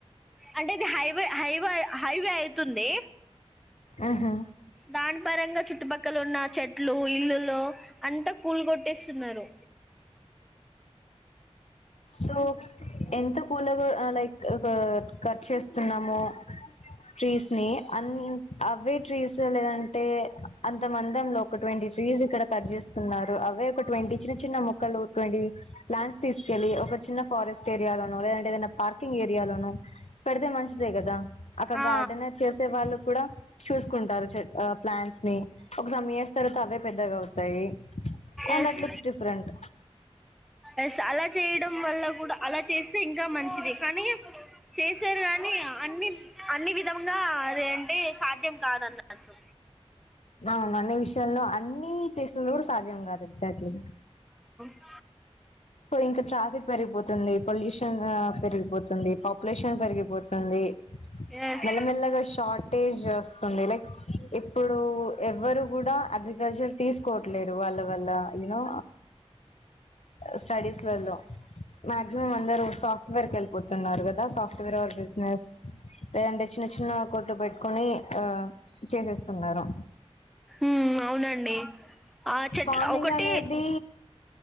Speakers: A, in the centre; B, on the left.
A: అంటే ఇది హైవే హైవే హైవే అవుతుంది
B: ఆహా
A: దాన్ పరంగా చుట్టుపక్కల ఇక్కలు ఉన్న చెట్లు ఇల్లులో అంతా కూల్ కొట్టేస్తున్నారు
B: సో ఎంత స్కల లైక్ కట్ చేస్తున్నాము ట్రీస్ని అం అవే ట్రీస్ లేదంటే అంత మందంలో ఒక ట్వంటీ ట్రీస్ ఇక్కడ కట్ చేస్తున్నారు అవే ఒక ట్వంటి చిన్న చిన్న మొక్కలు ట్వంటీ ప్లాంట్స్ తీస్ చెలి ఒక చిన్న ఫారెస్ట్ తేరియాల <unintelligible> ఏదన్న పార్కింగ్ ఏరియాలోను పెడ్తే మంచిదే కదా అక్క
A: ఆ
B: గార్డెన్ చేసే వాళ్ళు కూడా చూసుకుంటారు చె ఆ ప్లాంట్స్నీ ఒక సమ్ ఇయర్స్ తర్వాత అవే పెద్దగవుతాయి. And
A: yes
B: that looks different
A: yes అలా చేయడం వల్ల కూడా అలా చేస్ స్తే ఇంకా మంచిది కానీ చేసారు గాని అన్ని అన్ని విధముగా అదేంటి సాధ్యం కాదన్నాను.
B: అవునా నీ ఇష్ <unintelligible> అన్నీ టేస్ట్లు కూడా సాధ్యం కాదు ఎగ్జాక్ట్లీ
A: అ
B: సో ఇంకా ట్రాఫిక్ పెరిగిపోతుంది. పొల్యూషన్ ఆ పెరిగిపోతుంది. పాపులేషన్ పెరిగిపోతుంది.
A: ఎస్
B: మెల్లమెల్లగా షార్టేజ్ వస్తుంది లైక్ ఇప్పుడు ఎవ్వరు కూడా అగ్రికల్చర్ తీస్కోవట్లేరు వాళ్ళ వల్ల యూ నో స్టడీస్ లలో మాక్సిమం అందరు సాఫ్ట్వేర్ కు వెళ్ళిపోతున్నారు కదా సాఫ్ట్వేర్ అర్ బిజినెస్ లేదంటే చిన్న చిన్న కొట్టు పెట్టుకుని ఆ చేసేస్తున్నారు
A: ఉమ్ అవునండి ఆ చెట్ల
B: ఫార్మింగ్
A: ఒకటి
B: అనేది